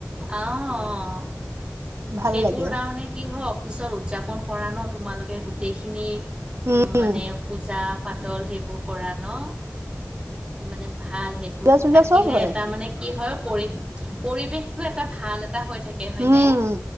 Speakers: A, on the right (about 20°); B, on the right (about 55°).
A: অ' অ'
B: ভাল
A: সেইবোৰ
B: লাগে
A: তাৰমানে কি হয় অফিচত উদযাপন কৰা ন তোমালোকে গোটেইখিনি,
B: উম
A: মানে পূজা পাতল সেইবোৰ কৰা ন। মানে ভাল সেইবোৰ
B: পূজা চূজা
A: থাকিলে
B: চব হয়
A: এটা মানে কি হয় পৰি পৰিৱেশ টো এটা ভাল এটা হৈ থাকে। হয়নে
B: উম।